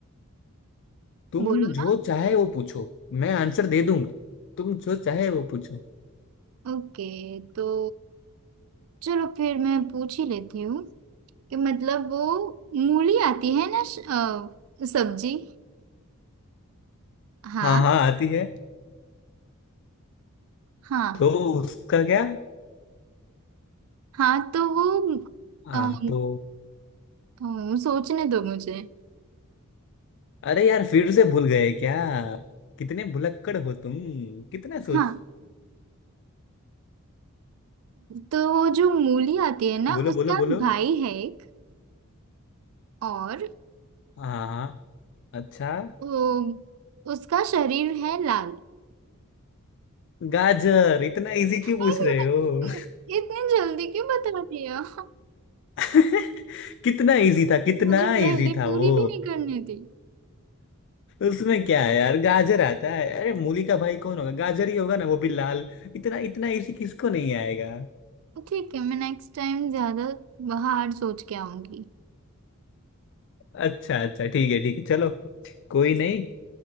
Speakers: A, on the left; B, on the right.
A: तुम
B: बोलो
A: जो
B: ना
A: चाहे वो पूछो मैं आंसर दे दूंगा तुम जो चाहे वो पूछो
B: ओके तो चलो फिर मैं पूछ ही लेती हूँ कि मतलब वो मूली आती है ना श- अ, सब्जी हाँ
A: हाँ हाँ आती है
B: हाँ
A: तो उसका क्या
B: हाँ तो वो
A: हाँ
B: अम,
A: तो
B: अम, सोचने दो मुझे
A: अरे यार फिर से भूल गए क्या कितने भुलक्कड़ हो तुम कितना सोचे
B: हाँ तो वो जो मूली आती है ना
A: बोलो
B: उसका
A: बोलो बोलो
B: भाई है एक और
A: हाँ हाँ अच्छा
B: अम, उसका शरीर है लाल
A: गाजर इतना इजी
B: <laughs>
A: क्यों पूछ रहे हो
B: इतनी जल्दी क्यों बता दिया <laughs>
A: <laughs> कितना इजी था कितना
B: मुझे पहले
A: इजी था
B: पूरी
A: वो
B: भी नहीं करनी थी
A: उसमें क्या है यार गाजर आता है अरे मूली का भाई कौन होगा गाजर ही होगा ना वो भी लाल इतना इतना इजी किसको नहीं आएगा
B: तो ठीक है मैं नेक्स्ट टाइम ज्यादा बाहर सोच के आऊंगी
A: अच्छा अच्छा ठीक है ठीक है चलो कोई नहीं